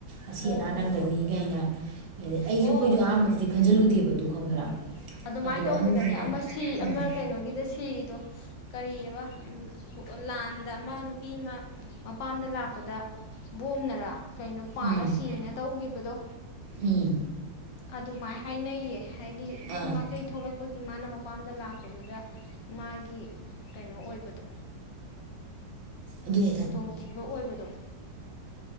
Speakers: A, on the right; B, on the left.
A: ꯑꯁꯤ
B: ꯍꯣ
A: ꯑꯅꯥ
B: ꯍꯣ
A: ꯅꯪꯒꯅꯤ
B: ꯍꯣꯏ
A: ꯀꯥꯏꯅ ꯑꯩꯁꯨ ꯑꯩꯈꯣꯏꯁꯨ
B: ꯍꯣ
A: ꯑꯍꯥꯟꯕꯗꯗꯤ ꯈꯟꯖꯤꯜꯂꯨꯗꯦꯕ ꯈꯪꯕ꯭ꯔꯥ
B: ꯎꯝ ꯑꯗꯨꯃꯥꯏꯅ
A: ꯑꯗꯣ
B: ꯇꯧꯕꯗꯅꯦ
A: ꯑꯍꯟꯁꯤꯅ
B: ꯑꯃ ꯁꯤ
A: ꯎꯝ
B: ꯑꯃ ꯀꯩꯅꯣꯒꯤꯗ ꯁꯤꯔꯤꯗꯣ ꯀꯔꯤꯕ ꯎꯝ ꯀꯨ ꯂꯥꯟꯗ ꯑꯃ ꯅꯨꯄꯤ ꯑꯃ ꯃꯄꯥꯝꯗ ꯂꯥꯛꯄꯗ ꯕꯣꯝꯅꯔꯥ ꯀꯩꯅꯣ ꯄꯥꯜꯂ
A: ꯎꯝ
B: ꯁꯤꯅ ꯇꯧꯒꯤꯕꯗꯣ
A: ꯎꯝ
B: ꯑꯗꯨꯃꯥꯏꯅ ꯍꯥꯏꯅꯩꯌꯦ ꯍꯥꯏꯗꯤ ꯑꯗꯨ
A: ꯑꯥ
B: ꯃꯀꯩ ꯊꯣꯛꯣꯂꯛꯄ ꯑꯩꯈꯣꯏꯒꯤ ꯃꯥꯅ ꯃꯄꯥꯝꯗ ꯂꯥꯛꯄꯗꯨꯗ ꯃꯥꯒꯤ ꯀꯩꯅꯣ ꯑꯣꯏꯕꯗꯣ
A: ꯑꯗꯨꯅꯤ
B: ꯈꯨꯗꯣꯡꯊꯤꯕ ꯑꯣꯏꯕꯗꯣ